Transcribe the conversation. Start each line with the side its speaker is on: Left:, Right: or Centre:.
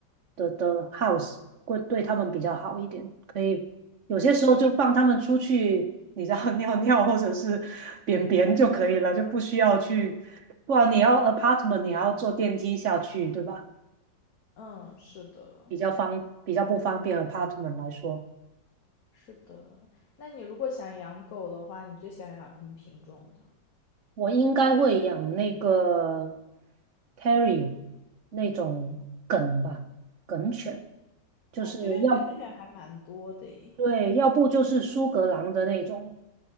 Right: 的的 house 会对它们比较好一点。可以有些时候就放它们出去，
Left: 是这样，
Right: 你知道 <laughs> 尿尿或者是便便就可以了，就不需要去，不然你要 apartment 你还要坐电梯下去，对吧？
Left: 嗯，是的，
Right: 比较方比较不方便 apartment 来说。
Left: 是的。那你如果想养狗的话，你最想养什么品种的？
Right: 我应该会养那个 Terry 那种梗吧，梗犬，就是要不
Left: 啊，这边梗犬还蛮多的诶。
Right: 对，要不就是苏格兰的那种